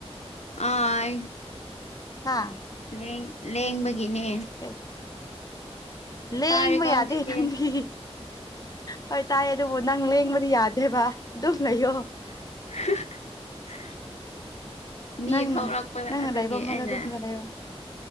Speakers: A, on the left; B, on the left.
A: ꯑꯥ
B: ꯍꯥꯥ
A: ꯂ ꯂꯦꯡꯦꯡꯕꯒꯤꯅꯦ
B: <unintelligible> ꯂꯦꯡꯕ
A: ꯇꯥꯔꯦꯀꯣ
B: ꯌꯥꯗꯦ
A: ꯍꯧꯖꯤꯛꯇꯤ
B: ꯅꯪꯗꯤ ꯍꯣꯏ ꯇꯥꯏ ꯑꯗꯨ ꯑꯣ ꯅꯪ ꯂꯦꯡꯕꯗꯤ ꯌꯥꯗꯦꯕ ꯑꯗꯨꯝ ꯂꯩꯌꯣ
A: <unintelligible> ꯃꯤ
B: ꯅꯪꯅ
A: ꯊꯣꯛꯂꯛꯄꯗ
B: ꯅꯪꯅ
A: ꯑꯗꯨꯒꯤ
B: ꯂꯥꯏꯕ ꯃ ꯃꯖꯥ
A: ꯑꯩꯅ
B: ꯑꯗꯨꯝꯐꯖ ꯂꯩ ꯑꯣꯣ